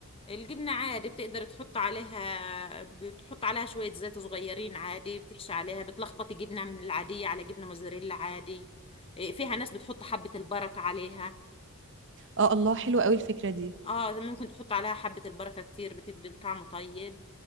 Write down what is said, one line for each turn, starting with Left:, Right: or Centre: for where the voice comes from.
Left: الجبنة عادي بتقدر تحط عليها بتحط عليها شوية زيت صغيرين عادي بتحشي عليها بتلخبطي جبنة من العادية على جبنة موزاريلا عادي إيه، فيها ناس بتحط حبة البركة عليها
Right: اه الله حلو قوي الفكرة دي
Left: اه ممكن تحط عليها حبة البركة كتير بتدي طعمه طيب